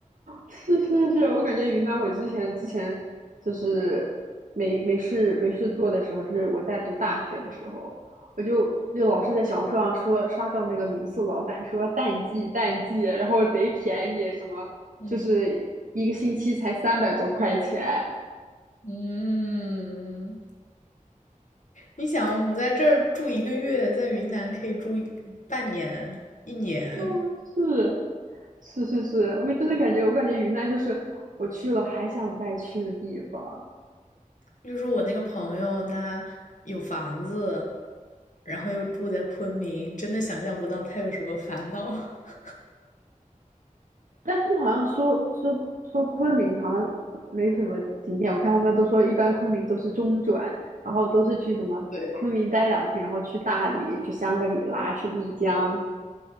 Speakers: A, on the right; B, on the left.
A: 是是是，我感觉云南，我之前之前就是没没事没事做的时候，就是我在读大学的时候，我就就老是在小红书上说刷到那个民宿老板说淡季淡季，然后贼便宜，什么就是一个星期才三百多块钱。
B: 嗯嗯，你想，我们在这儿住一个月，在云南可以住一半年、一年，
A: 嗯，是是是是，我真的感觉我感觉云南就是我去了还想再去的地方。
B: 就是我那个朋友，他有房子，然后又住在昆明，真的想象不到他有什么烦恼。<laughs>
A: 但他们好像说说说昆明好像没什么景点，我看他们都说一般昆明都是中转，然后都是去什么昆明待两天，
B: 对，
A: 然后去大理、去香格里拉、去丽江，